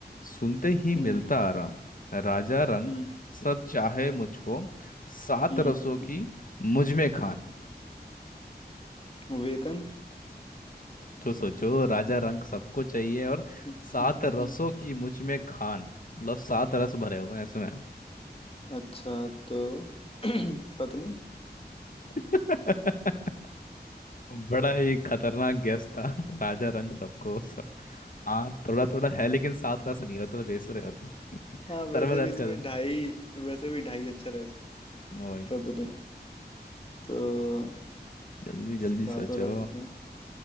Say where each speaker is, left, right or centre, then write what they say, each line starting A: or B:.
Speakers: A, on the left; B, on the left.
A: सुनते ही मिलता
B: हम्म
A: आराम राजा रंग
B: हम्म
A: सब चाहे मुझको सात
B: हम्म
A: रसों
B: हम्म,
A: की मुझ में खान
B: हम्म। वेतन
A: तो सोचो राजा रंग सबको चाहिए और
B: हम्म,
A: सात
B: हम्म,
A: रसों
B: हम्म।
A: की मुझ में खान मतलब सात रस भरे हुए हैं इसमें
B: अच्छा तो <clears throat> पत्नी
A: <laughs> बड़ा ही खतरनाक गेस था <laughs> राजा रंग सबको सब हाँ थोड़ा थोड़ा है लेकिन सात रस नहीं होता तो बेसुरे होते <laughs> सर
B: हाँ वैसे
A: में दर्द
B: भी इसमें
A: कर
B: ढाई वैसे भी ढाई अक्षर है इसमें
A: वही
B: पत्नी तो
A: जल्दी
B: सातों
A: जल्दी सोचो
B: रस इसमें